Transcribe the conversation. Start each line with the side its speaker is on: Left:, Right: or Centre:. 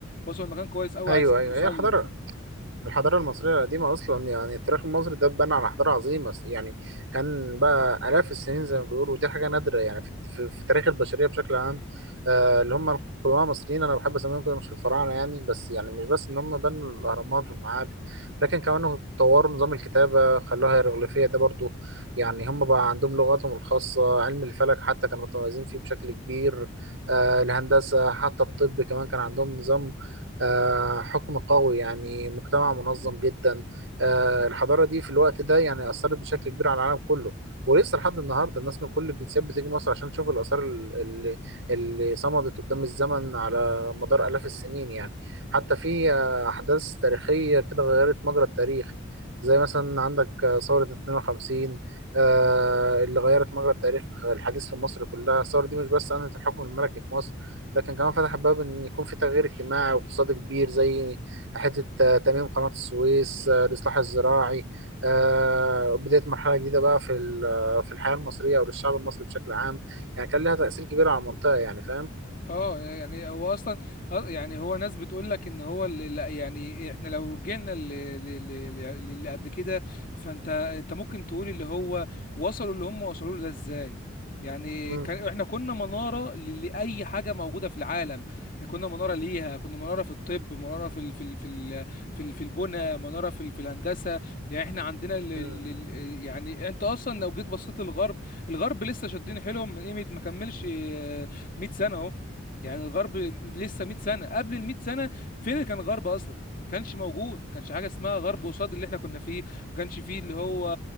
Left: وصلوا لمكان كويس قوي
Right: ايوه
Left: عايزين
Right: ايوه ايوه
Left: نوصل
Right: هي الحضاره
Left: له
Right: الحضارة المصرية القديمة أصلا يعني التاريخ المصري ده اتبنى على حضارة عظيمة يعني كان بقى آلاف السنين زي ما بيقولوا ودي حاجة نادرة يعني في, في, في تاريخ البشرية بشكل عام آه اللي هم القدماء المصريين أنا بحب أسميهم كده مش الفراعنة يعني بس يعني مش بس إن هم بنوا الأهرامات والمعابد لكن كمان طوروا نظام الكتابة خلوها هيروغليفية ده برضو يعني هم بقى عندهم لغاتهم الخاصة علم الفلك حتى كانوا متميزين فيه بشكل كبير آه الهندسة حتى الطب كمان كان عندهم نظام آه، حكم قوي يعني مجتمع منظم جدا آه، الحضارة دي في الوقت ده يعني أثرت بشكل كبير على العالم كله ولسه لحد النهارده الناس من كل الجنسيات بتيجي مصر عشان تشوف الآثار ال- ال- اللي صمدت قدام الزمن على مدار آلاف السنين يعني حتى في آه، أحداث تاريخية كده غيرت مجرى التاريخ زي مثلا عندك آه، ثورة 52 آه، اللي غيرت مجرى التاريخ الحديث في مصر كلها الثورة دي مش بس أنهت الحكم الملكي في مصر لكن كمان فتح باب ان يكون في تغيير اجتماعي واقتصادي كبير زي حته آه، تاميم قناه السويس آه، الاصلاح الزراعي آه، بدايه مرحله جديده بقى في ال- آه، في الحياه المصريه او للشعب المصري بشكل عام يعني كان لها تاثير كبير على المنطقه يعني فاهم
Left: اه يعني هو اصلا آه، يعني هو ناس بتقول لك ان هو اللي لا، يعني احنا لو رجعنا ل- ل- ل- ل- للي قبل كده فانت انت ممكن تقول اللي هو وصلوا اللي هم وصلوا له ده ازاي يعني
Right: مم.
Left: كان احنا كنا منارة ل- لأي حاجة موجودة في العالم كنا منارة ليها كنا منارة في الطب منارة في ال في ال في ال في, ال في البنى منارة في ال في الهندسة يعني احنا عندنا ال
Right: مم.
Left: ال ال يعني انت اصلا لو جيت بصيت للغرب الغرب لسه شادين حيلهم من قيمة ما كملش آه، 100 سنة اهو يعني الغرب لسه 100 سنه قبل ال 100 سنه فين اللي كان غرب اصلا كانش موجود ما كانش حاجه اسمها غرب قصاد اللي احنا كنا فيه ما كانش فيه اللي هو